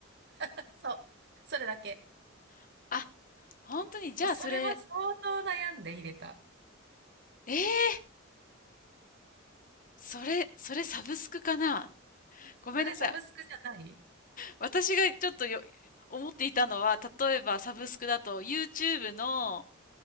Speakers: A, on the right; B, on the left.
A: <laughs> そう。それだけ。
B: <laughs> あ、本当にじゃあそれ、
A: もうそれも相当悩んで入れた。
B: えー、それ、それサブスクかなごめんなさい。
A: それサブスクじゃない
B: 私がちょっとよ、思っていたのは、例えばサブスクだと YouTube の